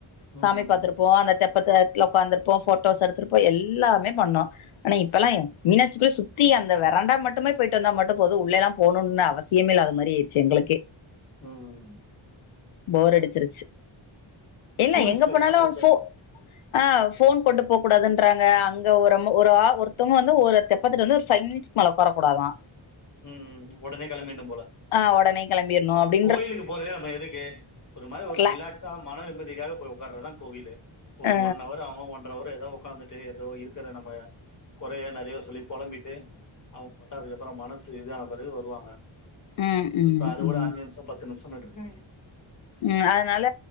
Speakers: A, on the left; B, on the left.
A: சாமி
B: ம்
A: பாத்துருப் போ அந்த தெப்பத்தத்துல உக்காந்துருப்போ போட்டோஸ் எடுத்திருப்போ எல்லாமே பண்ணோ ஆனா இப்பெல்லா மீனாட்சி போய் சுத்தி அந்த வெறண்டா மட்டுமே போயிட்டு வந்தா மட் டு போது உள்ளல்லா போணுன் அவசியமே இல்லாத மாரியாச்சு எங்களுக்கே
B: ம்
A: போர் அடிச்சிருச்சு இல்ல
B: டூரிஸ்ட்
A: எங்க
B: பிளேஸ்
A: போனாலு
B: மாதிரி ஆகிட்டாங்க
A: ஃபோ ஆ ஃபோன் கொண்டு போக் கூடாதுன்றாங்க அங்க ஒரு அ ஒரு ஆ ஒருத்தவங்க வந்து ஒரு தெப்பத்துட்டு வந்து ஒரு ஃபை மினிட்ஸ் மேல உக்கார கூடாதா
B: ம் ம் ஒடனே கெளம்பிர்னு போல
A: ஆ ஒடனே கெளம்பிர்ணு அப்டி
B: கோயிலுக்கு போறதே நம்ம எதுக்கு ஒரு மாரி ஒரு
A: ல
B: ரிலாக்ஸ் ஸா மன நிம்மதிகாக போய் உக்கார தா கோவில்லு ஒரு
A: ஆ
B: ஒன் அவர் ஆவு ஒன்ற அவர் எதோ உக்காந்துட்டு எதோ இருக்கற நம்ம கொறைய நறைய சொல்லி பொழம்பிட்டு அவுங்க பாட்டுக் அதுக்கப்றோ மனசு இதான பெறகு வருவாங்க
A: ம் ம்
B: இப்ப அது
A: ம்
B: கூட அஞ்சி நிமிஷோ பத்து நிமிஷோ போட்ருக்காய்ங்க
A: ம் அதனால